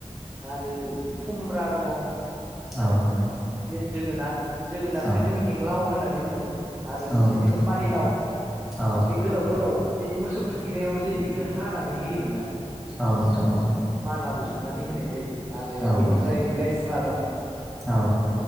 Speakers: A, on the right; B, in the centre.
A: आरो खुमब्रा दङ
B: औ
A: जोगोनाथ जोगोनाथखौ
B: औ
A: जोंनिथिं लाव होननानै बुङो आरो मोनसे
B: औ नोंथां
A: जोङो पानिलाव
B: औ
A: बे गोलाव गोलाव जि मोसौ थुखैनायाव जे बेखौ हानानै होयोमोन ना
B: औ नोंथां औ
A: मालाबो सुनानै होनाय जायो आरो
B: औ
A: बेनिफ्राय
B: औ
A: लेस्रा दं
B: औ